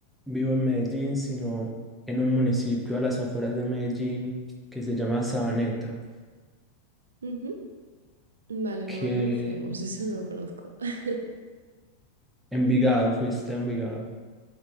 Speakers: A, in the centre; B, on the right.
A: vivo en Medellín, sino en un municipio a las afueras de Medellín que se llama Sabaneta,
B: Ujú. Ujú. Vale,
A: que
B: no, ahí no fuimos, <laughs> eso no lo conozco. <laughs>
A: Envigado, fuiste a Envigado,